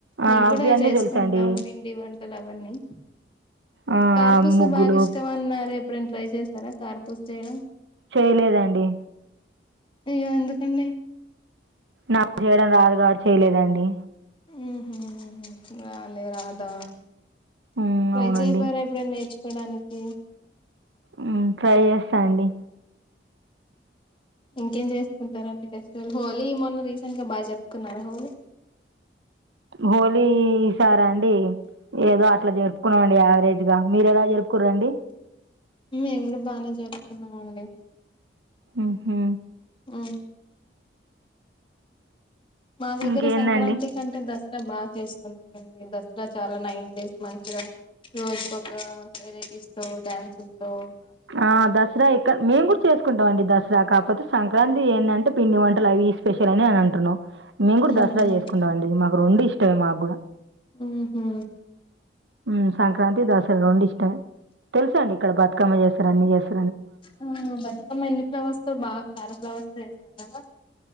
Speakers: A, on the right; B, on the left.
A: ఆ!
B: మేము
A: అవి
B: కూడా
A: అన్నీ
B: చేసుకుంటాం
A: తెలుసండి.
B: పిండి వంటలు అవన్నీ
A: ఆ!
B: తార్పుూస
A: ముగ్గులు
B: బాగా ఇష్టం అన్నారే ఎప్పుడైనా ట్రై చేశారా కారూపుసా చెయ్యరా
A: చేయలేదండి
B: అయ్యో ఎందుకండి
A: నాకు చేయడం రాదు కాబట్టి చేయలేదండి
B: ఉ రాలే రాధా
A: హ్మ్.
B: ట్రై
A: అవునండి.
B: చేయిపోార ఎప్పుడ న తినడానికి
A: ఉహ్ ట్రై చేస్త అండి
B: ఇంకేం చేసుకుంటారంండి ఫెస్టివల్ హోలీ మొన్న రీసెంట్ గా బాగా చెప్పుకున్నారా హోలీ
A: హోలీ సారా అండి ఏదో అట్లా జరుపుకున్నామండి యావరేజ్ గా మీర ఎలా జరూపుకురండి
B: మేము కూడా బానే చెప్పుతున్నామండి
A: ఉహ్ హ్
B: ఆ మా దగ్గర
A: ఇంకేందండి?
B: సంక్రాంతి కంటే దస ద బాగా చేసుకుంటారండి దసరా చాలా నైన్ డేస్ మంచిగా రోజుకోక వెరైటీస్ తో డ్యాన్స్ లతో
A: ఆ దసరా ఎక్కడ మేము కూడా చేసుకుంటాం అండి దసరా కాకపోతే సంక్రాంతి ఏంటంటే పిండి వండి అ అవి స్పెషల్ అని అ అంటన్నాను మేము కూడా
B: ఉహు
A: దసరా చేసుకుంటాం అండి మా రొండు ఇష్టమే మాక్కూడా
B: ఆహా
A: ఉ సంక్రాంతి దసరా రొండు ఇష్టమే తెలుసా అండి ఇక్క బ కా మ స అ
B: ఆ బతుకమ్మ ఎన్ని ఫ్లవర్స్ తో బాగా చాలా ఫ్లవర్స్ సంగా